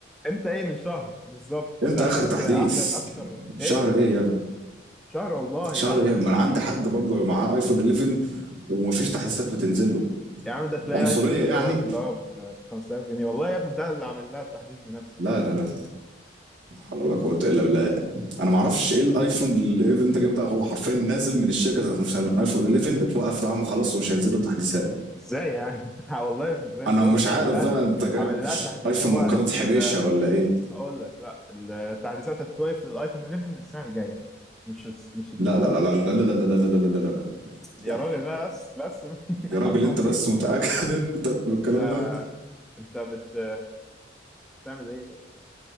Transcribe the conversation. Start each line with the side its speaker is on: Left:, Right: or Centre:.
Centre: امتى ايه من شهر بالظبط
Right: امتى
Centre: تحديث
Right: اخر تحديث
Centre: آه، احدث اكتر
Right: شهر
Centre: ايه
Right: ايه يا ابني
Centre: شهر والله
Right: شهر
Centre: آخ-
Right: ايه
Centre: اخر
Right: ما
Centre: تحديث
Right: انا عندي حد برضه معاه ايفون 11 ومفيش تحديثات بتنزل له
Centre: يا عم ده تلاقي
Right: عنصريه
Centre: ايفون من الامارات
Right: يعني
Centre: اللي هو ب 5000 جنيه والله يا ابني ده اللي عامل لها التحديث بنفسه
Right: لا لا لا حول ولا قوة إلا بالله أنا معرفش إيه الأيفون ال 11 اللي أنت جايبه ده هو حرفيا نازل من الشركة ذات نفسها الأيفون 11 اتوقف دعمه خلاص ومش هينزلوا التحديثات
Centre: ازاي يعني <laughs> والله يا ابني زي ما
Right: أنا
Centre: بقول
Right: مش
Centre: لك
Right: عارف
Centre: عامل لها
Right: بقى أنت جايب
Centre: عامل لها تحديث
Right: أيفون
Centre: هو
Right: من قناة حبيشة
Centre: ال-
Right: ولا إيه
Centre: هقول لك لا التحديثات هتسويف للايفون 11 السنه الجايه مش الس- مش ال...
Right: لا لا لا لا لا لا لا لا لا لا لا لا لا لا
Centre: يا
Right: يعني
Centre: راجل بقى بس بس <laughs>
Right: يا راجل
Centre: حرام
Right: أنت
Centre: عليك
Right: بس متأكد <laughs> أنت بالكلام
Centre: انت
Right: ده
Centre: انت بت بتعمل ايه بس